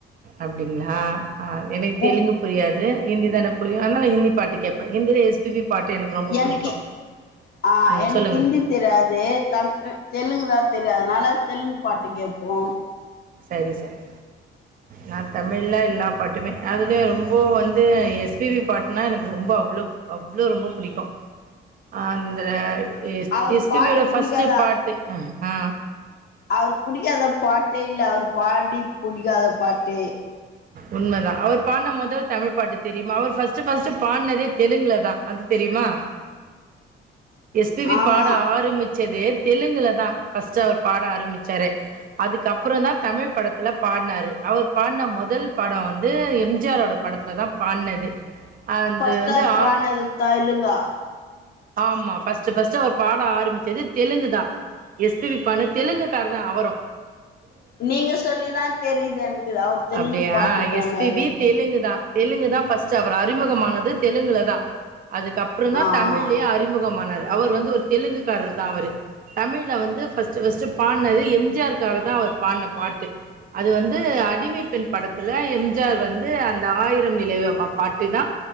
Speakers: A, on the right (about 45°); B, on the left (about 55°).
A: அப்டிங்ளா ஆ எனக்கு
B: முக்
A: தெலுங்கு புரியாது ஹிந்திதான புரியு அதனால ஹிந்தி பாட்டு கேப்பே ஹிந்தில எஸ் பி பி பாட்டு ரொம்ப
B: எனக்கு
A: புடிக்கு
B: ஆ
A: ம்
B: எனக்கு
A: சொல்லுங்க
B: ஹிந்தி தெரியாது-த - தெலுங்கு தா தெரியு அதனால தெலுங்கு பாட்டு கேப்போ
A: சரி சரி நா தமிழ எல்லா பாட்டுமே அதுலயு ரொம்ப வந்து எஸ் பி பி பாட்டுனா எனக்கு ரொம்ப அவ்ளோ அவ்ளோ ரொம்ப பிடிக்கு அந்த எ
B: அவரு
A: எஸ் பி
B: பாட்டு
A: பி யோட ஃபஸ்ட்டு
B: புடிக்காதா
A: பாட்டு ஆ
B: அவரு புடிக்காத பாட்டே இல்ல அவரு பாடி புடிக்காத பாட்டே
A: உண்மதா அவர் பாடுன மொதல் தமிழ் பாட்டு தெரியுமா அவர் ஃபஸ்டு ஃபஸ்டு பாடுனதே தெலுங்குல தா அது தெரியுமா எஸ் பி பி
B: ஆஹா
A: பாட ஆரம்பிச்சதே தெலுங்குல தா ஃபஸ்ட்டு அவர் பாட ஆரம்பிச்சாரு அதுக்கப்ற தா தமிழ் படத்ல பாடுனாரு அவர் பாடுன மொதல் பட வந்து எம் ஜி ஆ ரோட படத்ல தா பாடுனது அது
B: பஸ்ட்டா
A: வந்து
B: அவரு
A: ஆ
B: பாடுனது தெலுங்கா
A: ஆமா பஸ்டு பஸ்டு அவர் பாட ஆரம்பிச்சது தெலுங்கு தா எஸ் பி பி பாடுனது தெலுங்குக்காரு தா அவரு
B: நீங்க சொல்லிதா தெரியுது எனக்கு அவர் தெலுங்கு
A: அப்டியா
B: பாட்டு பாடுனாருன்ட்டு
A: எஸ் பி பி தெலுங்கு தான் தெலுங்கு தா ஃபஸ்டு அவர் அறிமுகமானது தெலுங்குல தா அதுக்கப்றோ தா
B: ஆ
A: தமிழ்லயே
B: ஆ
A: அறிமுகமான அவர் வந்து ஒரு தெலுங்குக்காரர் தா அவரு தமிழ்ல வந்து ஃபஸ்டு ஃபஸ்டு பாடுனது எம் ஜி ஆ ருக்காகதா அவர் பாடுன பாட்டு அது வந்து அடிமைப்பெண் படத்துல எம் ஜி ஆர் வந்து அந்த ஆயிரம் நிலவே பாட்டு தா